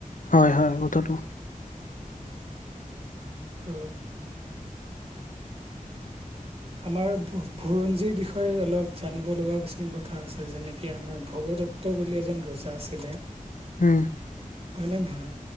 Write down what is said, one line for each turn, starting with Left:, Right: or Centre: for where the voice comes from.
Left: হয় হয় কথাটো।
Right: ত আমাৰ ভু বুৰঞ্জীৰ বিষয়ে অলপ জানিব লগাও কিছুমান কথা আছে যেনেকে আমাৰ ভগ দত্ত বুলি এজন ৰজা আছিলে
Left: উম।
Right: হয়নে নহয়?